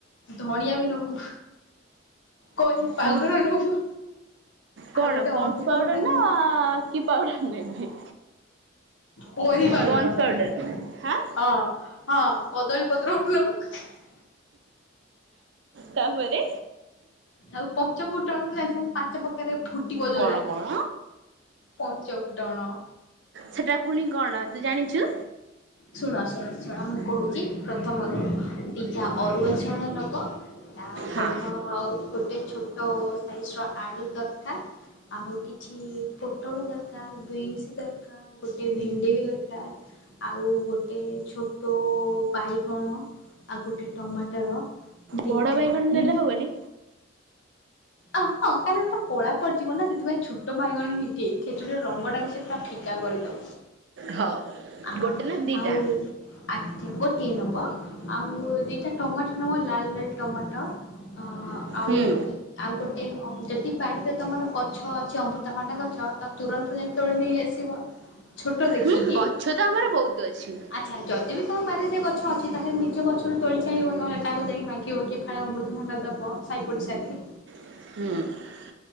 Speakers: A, on the left; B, on the right.
A: ଧଣିଆ ବି ନବୁ। କରି
B: ହୁଁ
A: ପାଉଡର ନବୁ।
B: କଣ
A: ଆଉ ଗୋଟେ
B: ପନ୍‌ସ
A: ଅମୃତଭଣ୍ଡା
B: ପାଉଡର ନା
A: ନବୁ
B: କି ପାଉଡର ନେବି?
A: ପରିବାରର
B: ପଣ୍ଡସ୍ ପାଉଡର
A: ହଁ
B: ହାଁ
A: ହଁ। କଦଳୀ ପତ୍ର ଗୋଟେ ନବୁ।
B: ତାପରେ
A: ଆଉ ପଞ୍ଚ ଫୁଟଣ ତ ଜାଣି ଥିବୁ ପାଞ୍ଚ ପ୍ରକାରେ ଫୁଟିବ ଯୋରା।
B: କଣ କଣ
A: ପଞ୍ଚ ଫୁଟଣ
B: ସେଟା ପୁଣି କଣ ତୁ ଜାଣିଚୁ?
A: ଶୁଣ ଶୁଣ ଶୁଣ ମୁଁ କହୁଛି ପ୍ରଥମରୁ ଦିଟା ଅରୁଆ ଚାଉଳ ନବ ତା ସହିତ
B: ହଁ
A: ଆଉ ଗୋଟେ ଛୋଟ ସାଇଜ ର ଆଳୁ ଦରକାର ଆଉ କିଛି ପୋଟଳ ଦରକାର, ବିନ୍ସ ଦରକାର, ଗୋଟେ ଭେ ଣ୍ଡି ବି ଦରକାର ଆଉ ଗୋଟେ ଛୋଟ ବାଇଗଣ। ଆଉ ଗୋଟେ ଟମାଟର ଦିଟା
B: ବଡ ବାଇଗଣ ନେଲେ
A: ଉଁ
B: ହବନି?
A: ଅ ହଁ କାରଣ ଏଟା କଳା ପଡିଯିବ ନା ସେଥିପାଇଁ ଛୋଟ ବାଇଗଣ ହିଁ ଠିକ ଖେଚୁଡିର ରଙ୍ଗ ଟାକୁ ସେ ଫିକ କା କରିଦବ
B: ହଉ
A: ଆ
B: ଗୋଟେ ନା ଦିଟା?
A: ଆଉ ଆଜି ଗୋ ଟେ ନବ ଆଉ ଦିଟା ଟମାଟୋ ନବ ଲାଲ ଲାଲ ଟମାଟ ଅ ଆଉ
B: ହୁଁ
A: ତି ଆଉ ଗୋଟେ ଅ ଯଦି ବାଡିରେ ତମର ଗଛ ଅଛି ଅମୃତଭଣ୍ଡା ଗଛ ତ ତୁରନ୍ତ ଯାଇ ତୋଳେ ନେଇ ଆସି ଆସିବ ଛୋଟ ଦେଖିକି
B: ହୁଁ ଗଛ ତ ଆମର ବହୁତ ଅଛି।
A: ଆଛା ଯଦି ବି ତମ ବାରିରେ ଗଛ ଅଛି ତାହେଲେ ନିଜ ଗଛରୁ ତୋଳିକି ଆଣିବ ନହେଲେ କାକୁ ଯାଇକି ମାଗିବ କିଏ ଫାଳେ ଅମୃତଭଣ୍ଡା ଦବ। ସାଇ ପଡିସାରେ।
B: ହୁଁ।